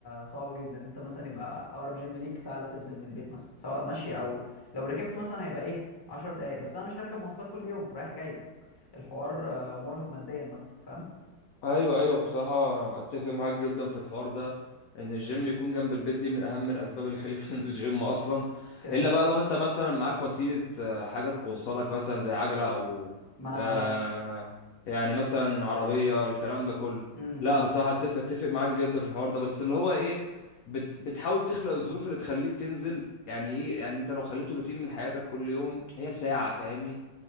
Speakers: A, on the left; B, on the left.
A: صعبه جدا انت مثلا يبقى اقرب جيم ليك ساعه الا تلت من البيت مثلا سواء مشي او لو ركبت مثلا هيبقى ايه 10 دقايق بس انا مش هركب مواصلات كل يوم رايح جاي الحوار آه، مرهق ماديا مثلا فاهم
B: ايوه ايوه بصراحه انا اتفق معاك جدا في الحوار ده ان الجيم يكون جنب البيت دي من اهم الاسباب اللي خليك <laughs> تنزل الجيم اصلا
A: كده
B: الا
A: كده
B: بقى لو انت مثلا معاك وسيله آه، حاجه توصلك مثلا زي عجله او
A: ما انا
B: آه،
A: لا
B: يعني مثلا عربيه الكلام ده كله
A: امم
B: لا
A: فاهم
B: بصراحه اتفق اتفق معاك جدا في الحوار ده بس اللي هو ايه بت بتحاول تخلق الظروف اللي تخليك تنزل يعني ايه يعني انت لو خليته روتين من حياتك كل يوم هي ساعه فاهمني